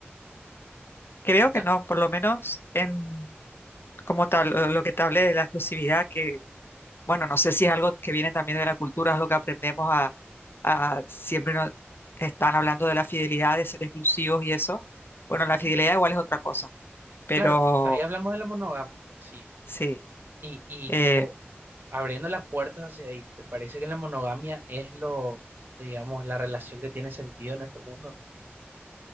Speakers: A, on the left; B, on the right.
A: Creo
B: Está,
A: que no, por lo menos en como tal, eh, lo que te hablé de la exclusividad, que bueno, no sé si es algo que viene también de la cultura, es lo que aprendemos a, a- siempre nos están hablando de la fidelidad, de ser exclusivos y eso. Bueno, la
B: ujú.
A: fidelidad igual es otra cosa, pero
B: Claro, ahí hablamos de la monogamia, sí.
A: sí.
B: Y, y
A: eh,
B: tipo, abriendo las puertas hacia ahí, ¿te parece que la monogamia es lo, digamos, la relación que tiene sentido en este mundo?